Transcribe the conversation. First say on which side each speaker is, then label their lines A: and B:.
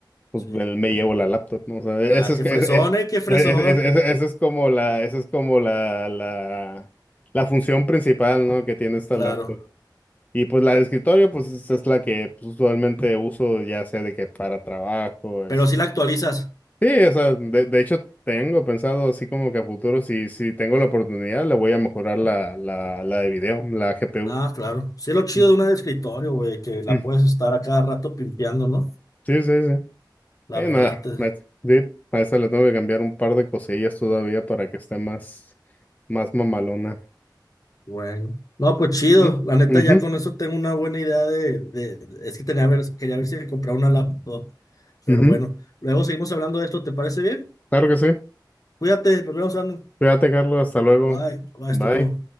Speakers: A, on the left; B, on the left.
A: pues
B: sí.
A: me, me llevo la laptop, ¿no? O sea, eso
B: Ah,
A: es,
B: qué
A: que-
B: fresón,
A: es, es,
B: eh, qué fresón.
A: es, es- es- esa es como la, esa es como la, la, la función principal, ¿no? Que tiene esta
B: Claro.
A: laptop. Y pues la de escritorio, pues es, es la que pues, usualmente uso, ya sea de que para trabajo, este.
B: Pero si la actualizas.
A: Sí, o sea, de, de hecho tengo pensado así como que a futuro, si, si tengo la oportunidad, le voy a mejorar la, la, la de video, la GPU.
B: Ah, claro. Sí, es lo chido
A: Mm,
B: de una de escritorio, güey, que la
A: mm.
B: puedes estar a cada rato pimpeando, ¿no?
A: Sí, sí, sí.
B: La
A: Eh,
B: verdad,
A: nada,
B: te...
A: ma- sí, a esa le tengo que cambiar un par de cosillas todavía para que esté más, más mamalona.
B: bueno. No, pues chido.
A: Ujú,
B: La neta,
A: ujú,
B: ya con eso tengo una buena idea de, de- Es que tenía ver, quería ver si me compraba una laptop. Pero
A: ujú.
B: bueno, luego seguimos hablando de esto, ¿te parece bien?
A: Claro que sí.
B: Cuídate, nos vemos, Arnold.
A: Cuídate, Carlos, hasta luego.
B: Bye, bye,
A: Bye.
B: hasta luego.